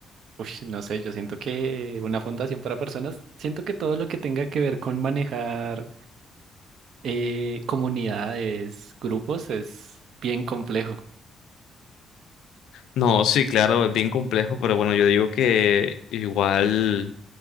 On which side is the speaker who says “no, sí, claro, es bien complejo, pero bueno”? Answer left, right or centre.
Left